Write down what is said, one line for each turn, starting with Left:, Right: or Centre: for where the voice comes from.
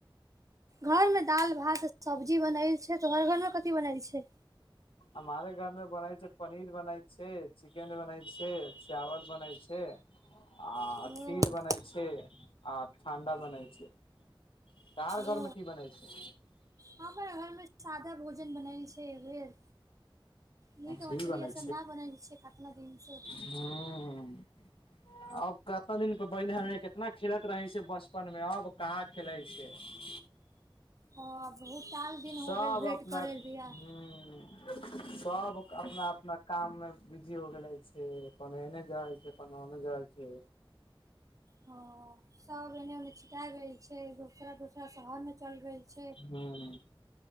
Right: घर मे दालि भात सब्जी बनल छै तोहर घर मे कथी बनल छै।
Left: हमारे घर मे बनल छै पनीर बनल छै चिकेन बनल छै चावल बनै छै। आ
Right: ओ
Left: खीर
Right: ओ
Left: बनै छै आ ठण्डा बनै छै। तोहार घर
Right: ओ
Left: मे की बनै छै
Right: हमर घरमे सादा भोजन बनल छै एहि बेेर। मीट
Left: खीर
Right: मछली
Left: बनै
Right: एसा ना बनल छै कातरा दिन से।
Left: हम्म अब कते दिन प बहिन हमें के कितना खेलैत रहि से बचपन मे अब कहाँ खेलय छय।
Right: हँ बहुत साल दिन हो
Left: सब
Right: गइल भेंट
Left: अपना
Right: करें
Left: हूं
Right: दिया।
Left: <inaudible> सब अपना-अपना काम मे बिजी हो गेलय छै, खन ऐने जाइ छै, खन ओने जाइ छै।
Right: हँ सब एने-ओने छिंटा गेइल छै, दोसरा-दोसरा शहर में चल गेइल छै।
Left: हम्म